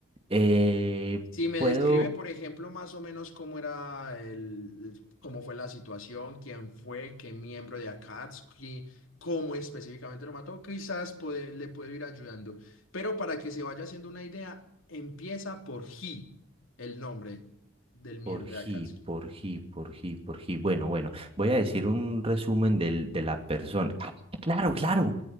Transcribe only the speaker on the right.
Eh,
puedo.
Por G,
por G, por G, por G. Bueno, bueno, voy a decir un resumen del, de la persona. Ah, Claro, claro.